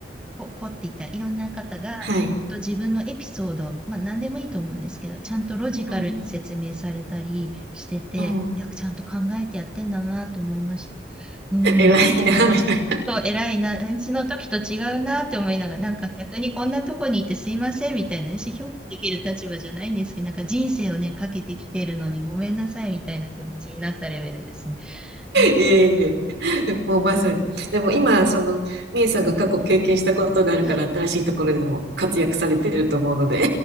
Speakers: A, in the centre; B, on the right (about 90°).
A: こ、こっていったいろんな方が、
B: はい。
A: 本当自分のエピソード、まあ何でもいいと思うんですけど、ちゃんとロジカルに説明されたりしてて、
B: うんうんうん、
A: いや、ちゃんと考えてやってんだなと思いました。うん。
B: 偉いな、みたいな。
A: そう、偉いな、私の時と違うなって思いながら、なんか逆にこんなとこにいてすいませんみたいな、意思評価できる立場じゃないんですけど、なんか人生をね、かけてきてるのにごめんなさいみたいな気持ちになったレベルですね。うん
B: いえいえ。もうまさに。でも今、その、みえさんが過去経験したことがあるから、
A: はい。
B: 新しいところでも活躍されてると思うので。